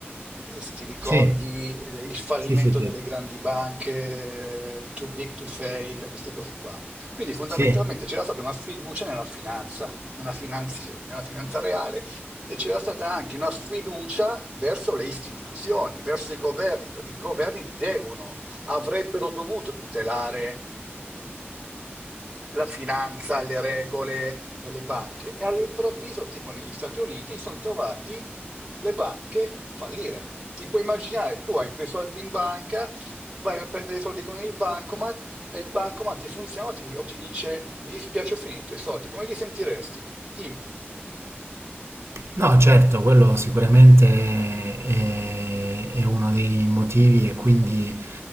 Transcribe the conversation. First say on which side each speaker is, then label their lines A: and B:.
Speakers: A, on the right; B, on the right.
A: Eh, se ti ricordi,
B: Sì,
A: eh, il fallimento
B: sì, sì, sì.
A: delle grandi banche, eh, too big to fail, queste cose qua. Quindi fondamentalmente
B: Sì.
A: c'era stata una fiducia nella finanza, nella finanzi- nella finanza reale e c'era stata anche una sfiducia verso le istituzioni, verso i governi, perché i governi devono, avrebbero dovuto tutelare la finanza, le regole e le banche. E all'improvviso, tipo negli Stati Uniti, sono trovati le banche fallire. Ti puoi immaginare, tu hai i tuoi soldi in banca, vai a prendere i soldi con il bancomat e il bancomat ti funziona o ti, o ti dice, mi dispiace, ho finito i soldi. Come ti sentiresti? Dimmi.
B: No, certo, quello sicuramente è, è uno dei motivi e quindi